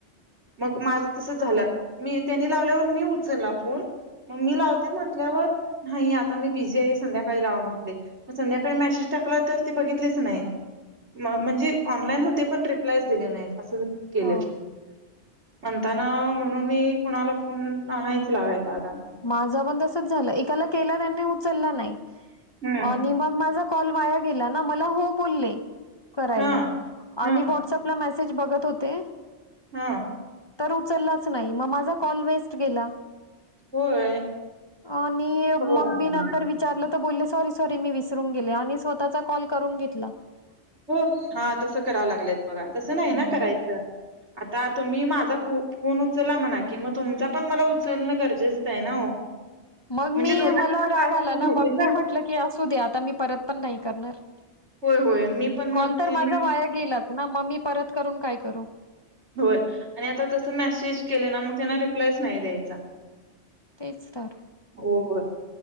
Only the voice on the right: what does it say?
मग माझं तस झालं मी त्यानी लावल्यावर मी उचलला फोन मग मी लावते म्हटल्यावर नाही आता मी बिझी आहे संध्याकाळी लावा म्हटले संध्याकाळी मेसेज टाकला तर ते बघितलेच नाहीत म्हणजे ऑनलाईन होते पण रिप्लाय दिला नाही असं झालं केलेच
म्हणताना म्हणून मी कोणाला फोन नाहीयच लागयला
हम्म
हा हा
हम्म.
होय
हो
हो हा तसं करावं लागलंत बघा तस नाही
ना करायचं. आता तुम्ही माझा फोन उचलला म्हणा की मग तुमचा पण मला उचलणं गरजेचंच आहे ना हो
म्हणजे
दोघांचे
पण
टास्क
पूर्ण
होतील
होय होय मी पण
मग
त्यांनी
होय आणि आता तस मेसेज केले ना मग त्यांना रिप्लायच नाही द्यायचा.
हो